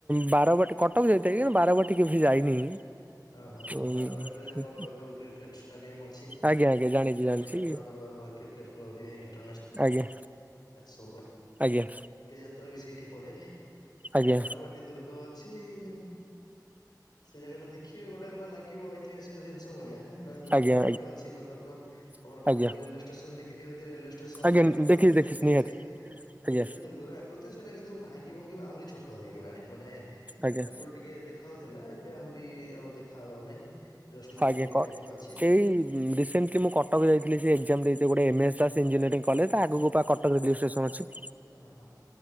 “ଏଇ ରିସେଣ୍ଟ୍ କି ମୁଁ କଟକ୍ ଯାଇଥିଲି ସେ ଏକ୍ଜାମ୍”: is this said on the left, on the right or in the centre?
Right